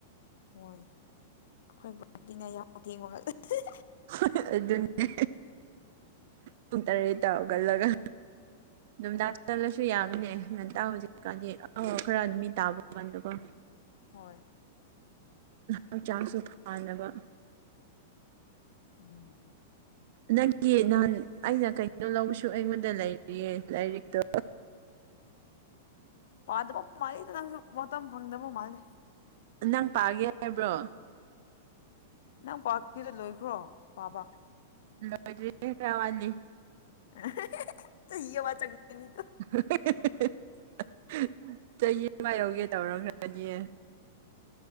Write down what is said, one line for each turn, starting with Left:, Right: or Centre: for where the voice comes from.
Left: ꯍꯣꯏ ꯑꯩꯈꯣꯏ ꯄꯥꯔꯇꯤꯅ ꯌꯥꯎꯧ ꯊꯦꯡꯕꯒ ꯍꯦ ꯍꯦ
Right: ꯍꯥ ꯍꯥ ꯑꯗꯨꯅꯤ ꯄꯨꯡ ꯇꯔꯦꯠꯇꯥ ꯍꯧꯒꯜꯂꯒ ꯅꯨꯡꯗꯥꯡ ꯆꯠꯂꯁꯨ ꯌꯥꯕꯅꯦ ꯉꯟꯇ ꯍꯧꯖꯤꯛꯀꯥꯟꯗꯤ ꯑꯥ ꯈꯔ ꯅꯨꯃꯤꯠ ꯇꯥꯕ ꯀꯥꯟꯗꯀꯣ
Left: ꯍꯣꯏ
Right: ꯍꯛꯆꯥꯡꯁꯨ ꯐꯅꯕ
Left: ꯎꯝ
Right: ꯅꯪꯒꯤ ꯅꯍꯥꯟ ꯑꯩꯅ ꯀꯩꯅꯣ ꯂꯧꯕꯁꯨ ꯑꯩꯉꯣꯟꯗ ꯂꯩꯔꯤꯌꯦ ꯂꯥꯏꯔꯤꯛꯇꯣ
Left: ꯄꯥꯗꯕ ꯃꯥꯜꯂꯤꯗ ꯅꯪꯁꯨ ꯃꯇꯝ ꯐꯪꯗꯕ ꯃꯥꯜꯂꯤ
Right: ꯅꯪ ꯄꯥꯒꯦ ꯍꯥꯏꯕ꯭ꯔꯣ
Left: ꯅꯪ ꯄꯥꯀꯤꯗꯣ ꯂꯣꯏꯈ꯭ꯔꯣ ꯄꯥꯕ
Right: ꯂꯥꯏꯕꯦꯔꯤ ꯈꯔꯋꯥꯂꯤ
Left: ꯍꯥ ꯍꯥ ꯍꯥ ꯍꯥ ꯌꯋꯥ ꯆꯪꯒꯅꯤ
Right: ꯍꯥ ꯍꯥ ꯍꯥ ꯍꯥ ꯆꯍꯤ ꯑꯃ ꯌꯧꯒꯦ ꯇꯧꯔꯒ ꯑꯗꯤꯌꯦ